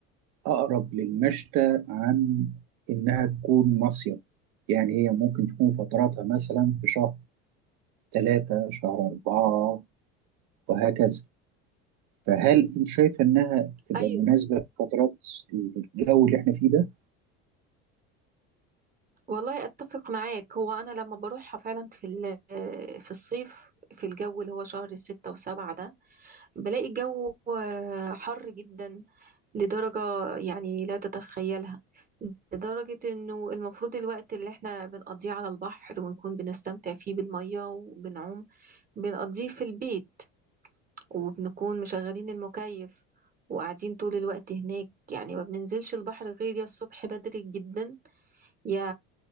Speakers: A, on the right; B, on the right.
A: أقرب للمشتى عن إنها تكون مصيف يعني هي ممكن تكون فتراتها مثلا في شهر ثلاثة شهر أربعة وهكذا فهل أنت شايفة إنها تبقى
B: ايوه
A: مناسبة في فترات الجو اللي إحنا فيه ده؟
B: والله اتفق معاك هو انا لما بروحها فعلا في ال- في الصيف في الجو اللي هو شهر ستة وسبعة ده بلاقي الجو آه، حر جدا لدرجة يعني لا تتخيلها لدرجة انه المفروض الوقت اللي احنا بنقضيه على البحر ونكون بنستمتع فيه بالمية وبنعوم بنقضيه في البيت وبنكون مشغلين المكيف وقاعدين طول الوقت هناك يعني ما بننزلش البحر غير يا الصبح بدري جدا يا